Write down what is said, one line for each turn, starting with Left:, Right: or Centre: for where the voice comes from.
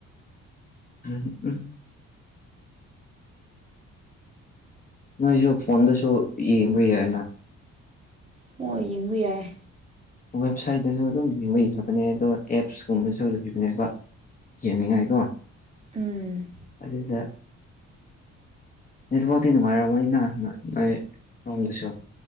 Left: ꯎꯝ ꯅꯣꯏꯖꯨ ꯐꯣꯟꯗꯁꯨ ꯌꯦꯡꯕ ꯌꯥꯏꯅ
Right: ꯍꯣꯏ ꯌꯦꯡꯕ ꯌꯥꯏ
Left: ꯋꯦꯕꯁꯥꯏꯠꯇꯁꯨ ꯑꯗꯨꯝ ꯌꯦꯡꯕ ꯌꯥꯕꯅꯦ ꯑꯗꯣ ꯑꯦꯞꯁꯀꯨꯝꯕꯁꯨ ꯂꯩꯕꯅꯦꯕ ꯌꯦꯡꯅꯤꯡꯉꯥꯏ ꯀꯣ
Right: ꯎꯝ
Left: ꯑꯗꯨꯗ ꯅꯦꯠꯐꯇꯤ ꯅꯨꯡꯉꯥꯏꯔꯝꯃꯅꯤꯅ ꯅꯣꯏꯔꯣꯝꯗꯁꯨ